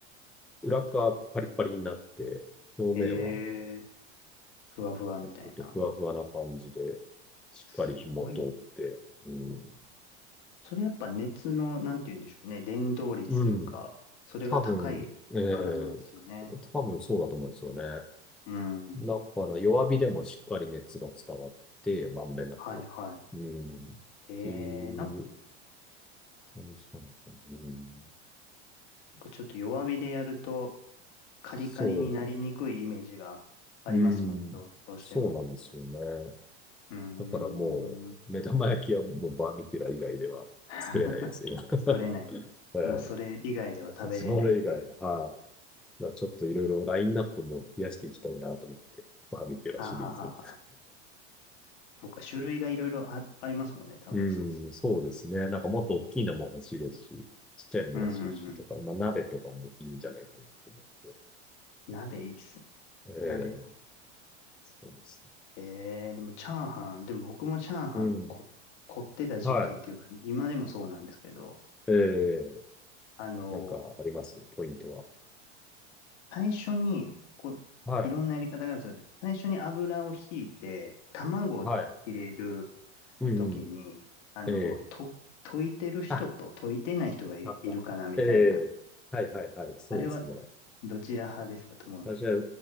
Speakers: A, in the centre; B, on the left.
A: 裏側パリパリになって、表面は
B: へえ、ふわふわみたいな。
A: ちょっとふわふわな感じで、しっかり火も通って、
B: すごいな。
A: うん、
B: それやっぱ熱の、なんて言うんでしょうね。伝導率というか、
A: うん、
B: それが高いからなんですよね。
A: 多分、ええ多分そうだと思うんですよね。
B: うん。
A: だから弱火でもしっかり熱が伝わって、まんべんなく。
B: はいはい。
A: うん。っていう
B: ええ、なんか
A: 何したのかな。うん。
B: ちょっと弱火でやると、カリカリになりにくいイメージがありますもんね。
A: そうです。うん。
B: どう、どうしても。
A: そうなんですよね。
B: うーん。
A: だからもう、目玉焼きはもうバーミキュラ以外では作れないです、
B: <laughs>
A: 今。<laughs>
B: 作れない。
A: え
B: もうそれ以外では食べれないという。
A: えそれ以外は、はい。まあちょっといろいろラインナップも増やしていきたいなと思ってて、バーミキュラシリーズを。
B: はあ、はあはあはあ、そうか、種類がいろいろあ、ありますもんね。多分そう
A: うん、そうですね。なんかもっと大きいのも欲しいですし、ちっちゃいのも欲しいしとか、
B: うんうんうん。
A: まあ鍋とかもいいんじゃないかなと思って。
B: 鍋いいっすね。
A: ええ
B: 鍋もい
A: そうですね。
B: い。えー、でもチャーハン、でも僕もチャーハンこ、
A: うん。
B: 凝ってた時期っていうか、
A: はい。
B: 今でもそうなんですけど、
A: ええ
B: あの、
A: なんかありますポイントは。
B: 最初に、こう、
A: はい。
B: いろんなやり方があるんですよ。最初に油をひいて、卵を入れる
A: はい。うんうん。
B: 時に、あの、
A: ええ。
B: と、溶いてる人と溶いてない人がい、
A: あ、わかった。
B: いるかなみたいな。
A: ええ。はいはいはい。そうですね。
B: あれは、どちら派ですか、友野さん。
A: 私は